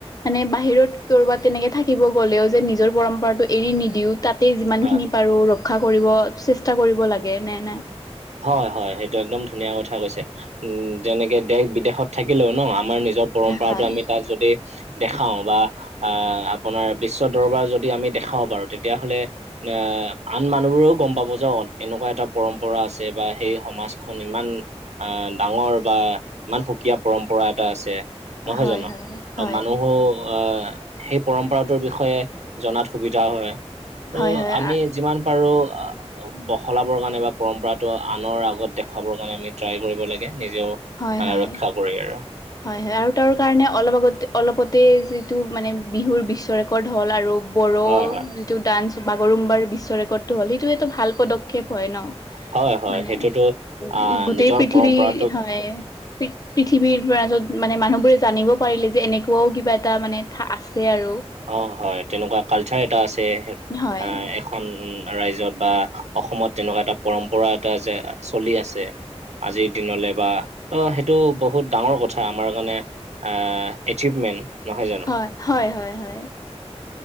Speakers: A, on the left (about 35°); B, on the right (about 85°).
A: মানে বাহিৰত কৰবাত তেনেকে থাকিব গ'লেও যে নিজৰ পৰম্পৰাটো এৰি নিদিও তাত তাতে যিমান
B: হা
A: খিনি পাৰো ৰক্ষা কৰিব চেষ্টা কৰিব লাগে, নে নাই?
B: হয় হয় সেইটো একদম ধুনীয়া কথা কৈছে। উম যেনেকে দেশ বিদেশত থাকিলেও ন আমাৰ নিজৰ পৰম্পৰাটো
A: হয়
B: আমি তাত যদি দেখাও বা আহ আপোনাৰ বিশ্ব দৰবাৰ যদি আমি দেখাব পাৰো তেতিয়াহ'লে তিয়া আন মানুহবোৰেও গম পাব যে অ এনেকুৱা এটা পৰম্পৰা আছে বা সেই সমাজখন ইমান আহ ডাঙৰ বা ইমান সুকীয়া পৰম্পৰা এটা আছে। নহয়
A: হয়
B: জানো
A: হয় হয়
B: মানুহো আহ সেই পৰম্পৰাটোৰ বিষয়ে জনাত সুবিধা হয় ত
A: হয় হয়
B: আমি
A: আ
B: যিমান বাৰু আ বখলাবৰ কাৰণে বা পৰম্পৰাটো আনৰ আগত দেখুৱাবৰ কাৰণে আমি ট্ৰাই কৰিব লাগে নিজেও
A: হয়
B: আহ
A: হয়
B: ৰক্ষা কৰি আৰু
A: হয় হয় আৰু তাৰ কাৰণে অলপ আগতে অলপতে যিটো মানে বিহুৰ বিশ্ব ৰেকৰ্ড হ'ল আৰু বড়ো
B: হয় হয়
A: যিটো ডান্স বাগৰুম্বাৰ বিশ্ব ৰেকৰ্ডটো হ'ল সেইটো এইটো ভাল পদক্ষেপ হয় ন
B: হয় হয় হয়
A: মানে
B: সেইটোতো
A: উ
B: আহ
A: গোটেই
B: নিজৰ
A: পৃথিৱী
B: পৰম্পৰাটোক
A: হয় পৃ পৃথিৱীৰ মাজত মানে মানুহ বোৰে জানিব পাৰিলে যে এনেকুৱাও কিবা এটা মানে থা আছে আৰু
B: অ হয় তেনেকুৱা কালচাৰ এটা আছে সেটো
A: হয়
B: আ এ- খন ৰাজ্যত বা অসমত তেনেকুৱা এটা পৰম্পৰা এটা যে চলি আছে আজিৰ দিনলে বা অ সেইটো বহুত ডাঙৰ কথা আমাৰ কাৰণে আহ এচিউভমেণ্ট নহয় জানো
A: হয় হয় হয় হয়